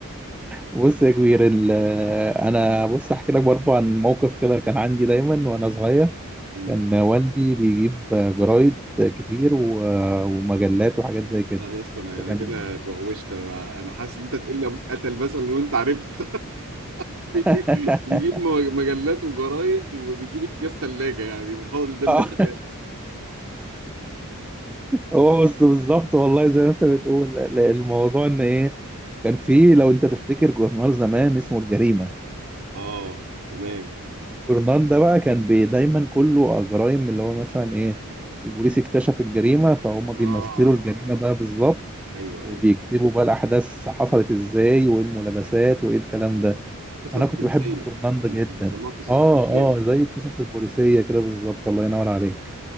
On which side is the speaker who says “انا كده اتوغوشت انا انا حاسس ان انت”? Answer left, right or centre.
Right